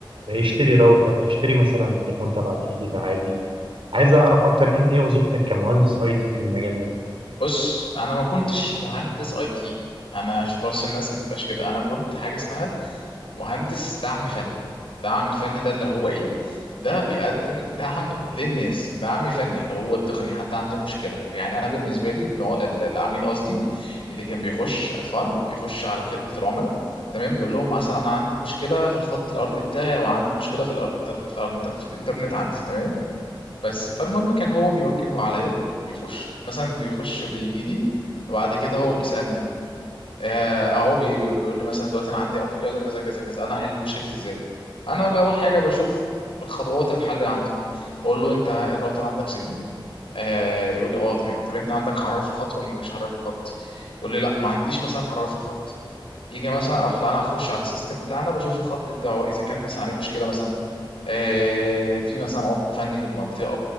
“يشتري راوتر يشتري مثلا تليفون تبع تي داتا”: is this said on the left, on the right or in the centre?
Right